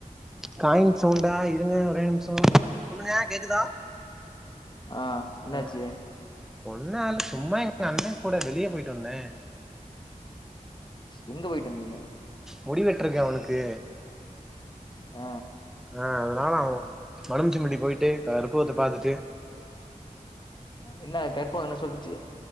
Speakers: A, in the centre; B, on the left.
A: காயின் சவுண்டா இருங்க ஒரே நிமிஷ சொல்லுங்க கேக்குதா
B: ஆ என்னாச்சு
A: ஆ ஒன்னு ஆல சும்மா எங்க அண்ண கூட வெளிய போய்ட்டு வந்த
B: எங்க போய்ட்டு வந்தீங்க
A: முடி வெட்டருக் அவருக்கு
B: ப
A: ஆ அதனால அவ மறமச்சிபட்டி போய்ட்டு அற்புதத்தை பாத்துட்டு
B: என்ன கற்ப்பக என்ன சொல்லுச்சு